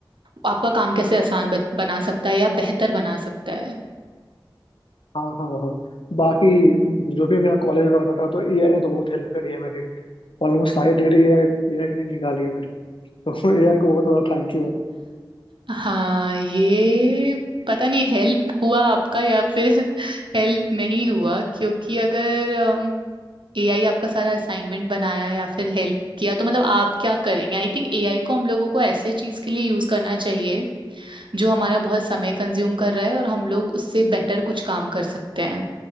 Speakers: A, on the right; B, on the left.
A: आपका काम कैसे आसान बत- बना सकता है या बेहतर बना सकता है
B: हाँ हाँ हाँ बाकी जो भी मेरा कॉलेज वगैरह था तो एआई ने तो बहुत हेल्प करी है मेरी ऑलमोस्ट सारी डिग्री एआई एआई ने निकाली है मेरी तो <laughs> एआई को बहुत बड़ा थैंक यू
A: हाँ ये पता नहीं हेल्प हुआ आपका या फिर <laughs> हेल्प नहीं हुआ क्योंकि अगर एआई आपका सारा असाइनमेंट बनाया या फिर हेल्प किया तो मतलब आप क्या करेंगे आई थिंक एआई को हम लोगों को ऐसे चीज के लिए यूज करना चाहिए जो हमारा बहुत समय कंज्यूम कर रहा है और हम लोग उससे बेटर कुछ काम कर सकते हैं